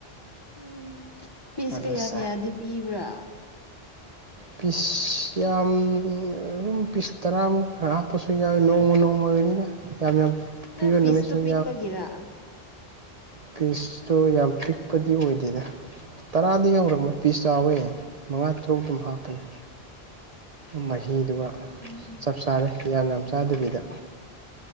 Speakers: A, on the left; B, on the right.
A: ꯎꯝ ꯄꯤꯁ
B: ꯑꯗꯨꯗ
A: ꯀꯌꯥ
B: ꯆꯥꯏ
A: ꯀꯌꯥꯗꯤ ꯄꯤꯕ꯭ꯔꯥ
B: ꯄꯤꯁ ꯌꯥꯝ ꯑꯗꯨꯝ ꯄꯤꯁ ꯇꯔꯥꯃꯨꯛ ꯍꯥꯞꯄꯁꯨ ꯌꯥꯎꯏ ꯅꯣꯡꯃ ꯅꯣꯡꯃꯒꯤꯅꯤꯗ ꯌꯥꯝ ꯌꯥꯝ ꯄꯤꯕ
A: ꯑꯦ
B: ꯅꯨꯃꯤꯠꯁꯨ
A: ꯄꯤꯁꯇꯨ ꯄꯤꯛꯄꯒꯤꯔ
B: ꯄꯤꯁꯇꯨ ꯌꯥꯝ ꯄꯤꯛꯄꯗꯤ ꯑꯣꯏꯗꯦꯗ ꯇꯔꯥꯗꯤ ꯌꯧꯔꯝꯃꯣꯏ ꯄꯤꯁ ꯆꯥꯎꯋꯦ ꯃꯉꯥ ꯇꯔꯨꯛ ꯑꯗꯨꯝ ꯍꯥꯞꯄꯅꯤ ꯃꯍꯤꯗꯨꯒ
A: ꯎꯝ
B: ꯆꯞ ꯆꯥꯔꯦ ꯌꯥꯝ ꯌꯥꯝ ꯆꯥꯗꯕꯤꯗ